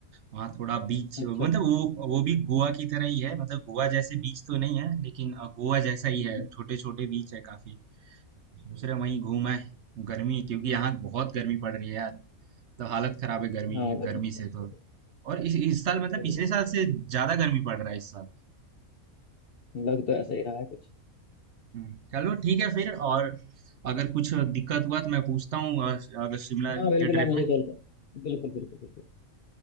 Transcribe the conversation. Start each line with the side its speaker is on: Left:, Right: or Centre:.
Right: वहाँ थोड़ा बीच
Left: अच्छा
Right: मतलब
Left: अच्छा
Right: वो वो भी गोवा की तरह ही है मतलब गोवा जैसे बीच तो नहीं है लेकिन अ, गोवा जैसा ही
Left: हम्म,
Right: है छोटे छोटे बीच है काफी सोच रहे हैं वहीं घूम आए गर्मी क्योंकि यहाँ बहुत गर्मी पड़ रही है यार मतलब हालत खराब है गर्मी
Left: हाँ बिल्कुल
Right: गर्मी से
Left: बिल्कुल
Right: तो और इस, इस साल मतलब
Left: बिल्कुल
Right: पिछले साल
Left: बिल्कुल।
Right: से ज्यादा गर्मी पड़ रहा है इस साल
Left: लग तो ऐसा ही रहा है कुछ
Right: हम्म, चलो ठीक है फिर और अगर कुछ दिक्कत हुआ तो मैं पूछता हूँ अगर शिमला
Left: हाँ बिल्कुल
Right: के ट्रिप
Left: आप मुझे
Right: में
Left: कॉल कर बिल्कुल बिल्कुल बिल्कुल